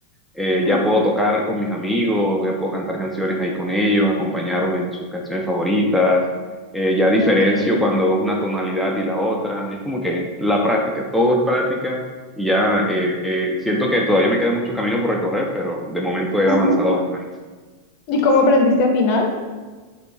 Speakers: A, in the centre; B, on the left.
A: eh,
B: Ujú.
A: ya puedo tocar con mis amigos, ya puedo cantar canciones ahí con ellos, acompañarlos en sus canciones favoritas, eh, ya diferencio
B: Ok.
A: cuando es una tonalidad y la otra, es como que la práctica, todo
B: Mm,
A: es práctica y ya eh, eh, siento que todavía me queda mucho camino por recorrer, pero de momento he
B: ujú.
A: avanzado bastante.
B: ¿Y cómo aprendiste a afinar?